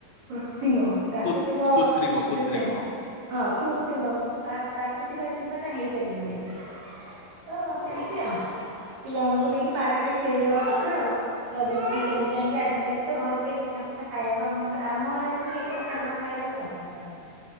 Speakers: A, on the right; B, on the left.
A: କୃତ୍ରିମ ପ୍ରାକୃତିକ
B: କୋ କୃତ୍ରିମ କୃତ୍ରିମ
A: ଯୋଉ ସେ
B: ହଁ
A: ହଁ କୃତ୍ରିମ ପ୍ରାକୃତିକ ଜିନିଷ ଟା ହେଇପାରିବି କି। ତ ସେମିତି ଆଉ। ପିଲାମାନଙ୍କୁ ନେଇକି ପାର୍କ ରେ ଖେଳିଦବା କଥା ଆଉ ରଜ ପିଠା କିଣିକି ଆଣିକି ଆଜି ଦେଲେ ତ ଘରେ କେହି ପିଠା ଫିଠା ଖାଇବାକୁ ଆମ ଘରେ ଆମର ଏଠିକି ଏ ପିଠା ପଣା ଖାଇବାକୁ ବି ପସନ୍ଦ କରନ୍ତି